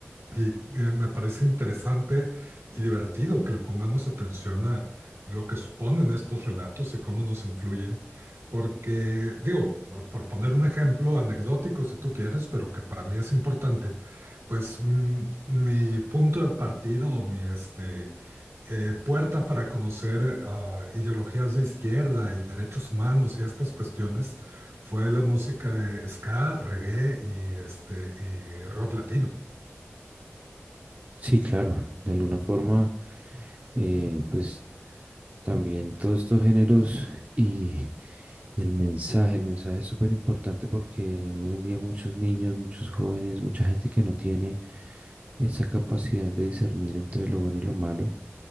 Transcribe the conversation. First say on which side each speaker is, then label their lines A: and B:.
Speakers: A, on the right (about 75°); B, on the right (about 35°).
A: y eh, me parece interesante y divertido que le pongamos atención a lo que suponen estos relatos y cómo nos influyen, porque, digo, por poner un ejemplo anecdótico si tú quieres, pero que para mí es importante, pues mm, mi punto de partida o mi este, eh, puerta para conocer eh, a ideologías de izquierda y derechos humanos y estas cuestiones fue la música de ska, reggae y, este, y rock latino.
B: Sí, claro, de alguna forma, eh, pues también todos estos géneros y, y el mensaje, el mensaje es súper importante porque hoy en día muchos niños, muchos jóvenes, mucha gente que no tiene esa capacidad de discernir entre lo bueno y lo malo,